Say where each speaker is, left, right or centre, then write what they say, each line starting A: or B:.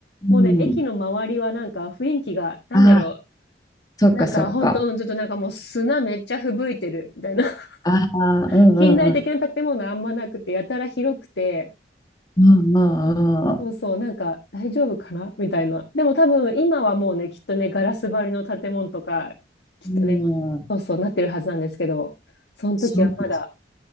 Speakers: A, on the left; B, on the left.
A: うん。
B: もうね、駅の周りはなんか雰囲気が、なんだろ
A: ああ、そっかそっか。
B: う、なんか本当、ちょっとなんかもう砂めっちゃ吹雪いてるみたいな。<laughs>
A: ああ、うんうんうん。
B: 近代的な建物あんまなくて、やたら広くて、
A: うんうんう
B: そうそう、なんか大丈夫かなみたいな。でも多分今はもうね、きっとね、ガラス張りの建物とか、きっとね、
A: ん。うん、
B: そうそうなってるはずなんですけど、その時はまだ、
A: そっか。